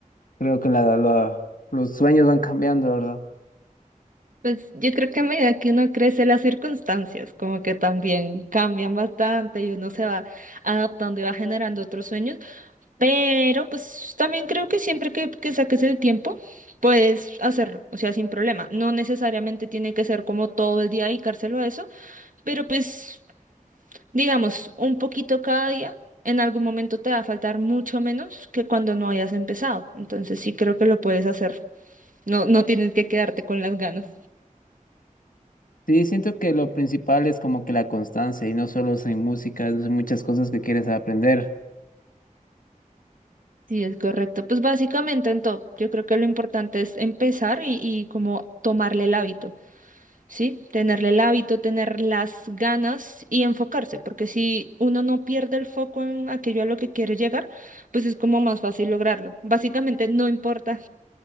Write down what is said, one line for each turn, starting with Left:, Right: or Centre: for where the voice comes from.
Left: creo que la, la- los sueños van cambiando, ¿verdad?
Right: Pues yo creo que a medida que uno crece, las circunstancias como que también cambian bastante y uno se va adaptando y va generando otros sueños, pero pues también creo que siempre que, que saques el tiempo, puedes hacerlo, o sea, sin problema. No necesariamente tiene que ser como todo el día dedicárselo a eso, pero pues digamos, un poquito cada día, en algún momento te va a faltar mucho menos que cuando no hayas empezado. Entonces sí creo que lo puedes hacer. No, no tienes que quedarte con las ganas.
Left: Sí, siento que lo principal es como que la constancia y no solo en música, es muchas cosas que quieres aprender.
Right: Sí, es correcto. Pues básicamente en todo, yo creo que lo importante es empezar y, y como tomarle el hábito, ¿sí? Tenerle el hábito, tener las ganas y enfocarse, porque si uno no pierde el foco en aquello a lo que quiere llegar, pues es como más fácil lograrlo. Básicamente no importa